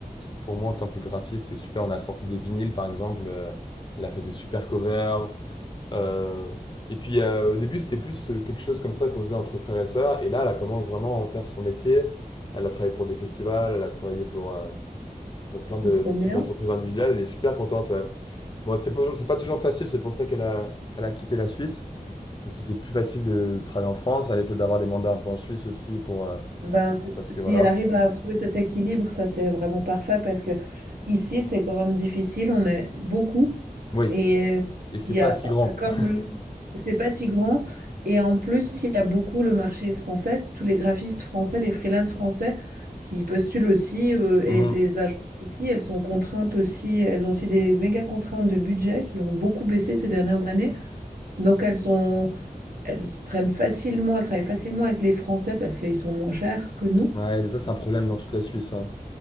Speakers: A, on the left (about 30°); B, on the right (about 75°).
A: pour moi en tant que graphiste. C'est super. On a sorti des vinyles, par exemple. euh, elle a fait des super covers. Euh, et puis euh, au début, c'était plus euh, quelque chose comme ça qu'on faisait entre frères et sœurs. Et là, elle commence vraiment à en faire son métier. Elle a travaillé pour des festivals, elle a travaillé pour, euh, pour plein
B: c'est
A: de,
B: trop
A: de
B: bien.
A: petites entreprises individuelles. Elle est super contente, ouais. Bon, c'est pas, c'est pas toujours facile, c'est pour ça qu'elle a, elle a quitté la Suisse. Parce que c'est plus facile de travailler en France. Elle essaie d'avoir des mandats un peu en Suisse aussi pour. euh,
B: Ben, c'est-
A: parce
B: si
A: que voilà.
B: elle arrive à trouver cet équilibre, ça c'est vraiment parfait parce que ici c'est quand même difficile, on est beaucoup
A: Oui,
B: et
A: et c'est
B: il y
A: pas
B: a
A: si grand.
B: euh, comme
A: <laughs>
B: le- c'est pas si grand et en plus il y a beaucoup le marché français, tous les graphistes français, les freelances français qui postulent aussi euh, et
A: Mhm.
B: les agences ici elles sont contraintes aussi, elles ont aussi des méga contraintes de budget qui ont beaucoup baissé ces dernières années donc elles sont elles prennent facilement, elles travaillent facilement avec les Français parce qu'ils sont moins chers que nous.
A: Ouais, mais ça, c'est un problème dans toute la Suisse, hein,